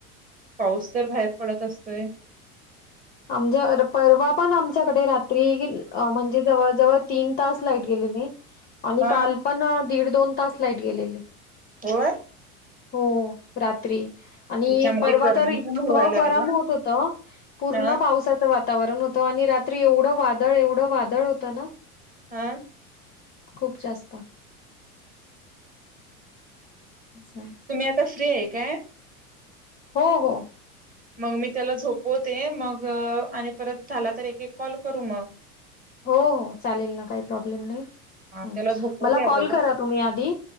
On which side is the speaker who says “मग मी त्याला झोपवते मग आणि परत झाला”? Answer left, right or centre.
Right